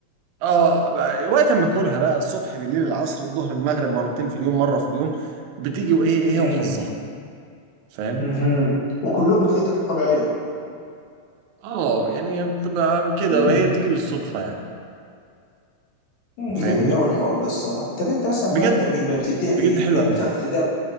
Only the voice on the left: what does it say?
يوم
مهم. وكلهم بطريقتك الطبيعيه
مم.
مم،
جميل قوي الحوار ده الصراحه طب انت مثلا
بعد التمرين بقى بتديها ايه
هل
بتعرف تديها